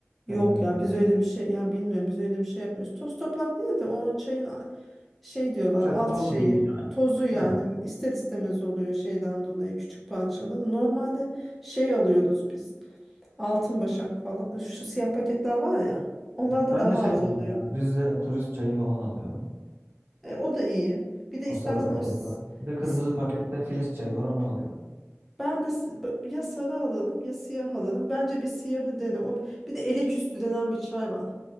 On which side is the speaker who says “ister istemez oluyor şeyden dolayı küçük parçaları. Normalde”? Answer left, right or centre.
Centre